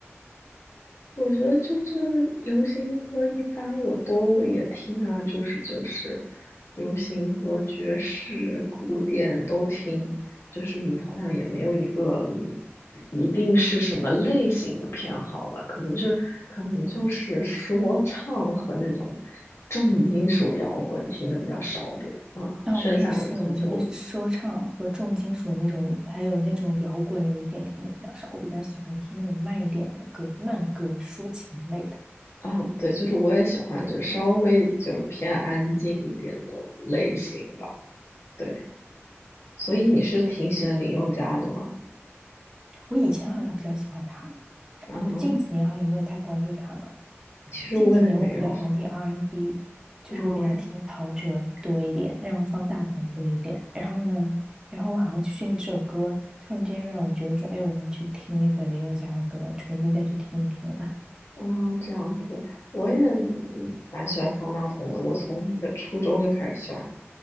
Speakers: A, on the left; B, on the right.
A: 我觉得就是流行歌，一般我都也听啊，就是就是流行歌、爵士、古典都听，就是你好像也没有一个一定是什么类型的偏好吧，可能就是可能就是说唱和那种重金属摇滚听的比较少点啊，
B: 的？
A: 剩下的就都
B: 啊、我也是，我觉得说唱和重金属那种，还有那种摇滚，有一点听的比较少。我比较喜欢听那种慢一点的歌，慢歌、抒情类的。
A: 啊，对，就是我也喜欢就是稍微就是偏安静一点的类型吧。对。所以你是挺喜欢林宥嘉的吗？
B: 我以前好像比较喜欢他，
A: 嗯，
B: 我近几年好像没有太关注他了。
A: 其实我也没有。
B: 近几年我比较喜欢听 R&B，N 就是我比较听陶喆多一点，
A: 嗯
B: 然后方大同多一点。然后呢，然后我好像就是因为这首歌，突然之间让我觉得说，哎，我要去听那个林宥嘉的歌，重新再去听一听了。
A: 嗯，这样子，我也嗯蛮喜欢方大同的。我从那个初中就开始喜欢。